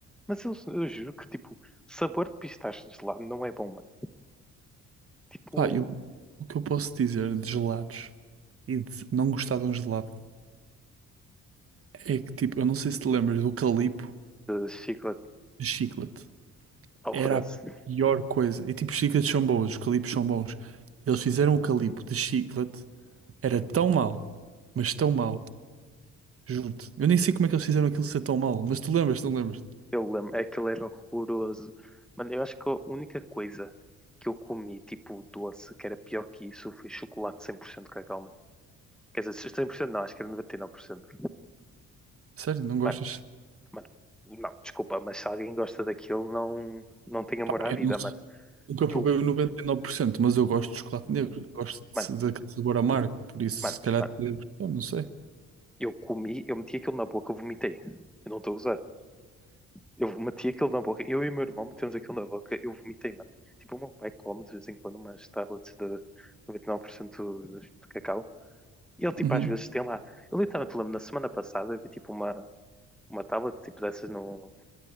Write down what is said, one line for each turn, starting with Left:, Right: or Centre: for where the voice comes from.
Centre: mas eu, eu juro que, tipo, sabor de pistache de gelado não é bom, mano. Tipo,
Right: Pá, eu, o que eu posso dizer de gelados e de não gostar de um gelado? É que tipo, eu não sei se te lembras do calipo
Centre: eh, chiclete
Right: de chiclete.
Centre: horroroso.
Right: Era a pior coisa. E tipo, os chicletes são bons, os calipos são bons. Eles fizeram o calipo de chiclete, era tão mal, mas tão mal, juro-te. Eu nem sei como é que eles fizeram aquilo ser tão mal, mas tu lembras, não lembras?
Centre: Eu lembro, é que ele era horroroso. Mano, eu acho que a única coisa que eu comi, tipo doce, que era pior que isso, foi chocolate 100% cacau, mano. Quer dizer, 100% não, acho que era 99%.
Right: Sério, não gostas?
Centre: Mano, mano, não, desculpa, mas se alguém gosta daquilo, não, não tem amor
Right: Pá,
Centre: à
Right: eu
Centre: vida,
Right: não sei.
Centre: mano.
Right: Nunca
Centre: Eu,
Right: provei o 99%, mas eu gosto de chocolate negro. Gosto de-
Centre: mano,
Right: daquele sabor amargo, por isso
Centre: mano,
Right: se calhar
Centre: mano,
Right: te lembro. Eu não sei.
Centre: eu comi, eu meti aquilo na boca, eu vomitei. Eu não estou a usar. Eu meti aquilo na boca, eu e o meu irmão metemos aquilo na boca, eu vomitei, mano. Tipo, o meu pai come de vez em quando umas tablets de 99% de cacau. E ele, tipo,
Right: Uhum.
Centre: às vezes tem lá. Eu literalmente lembro, na semana passada, eu vi, tipo, uma, uma tablet, tipo, dessas no,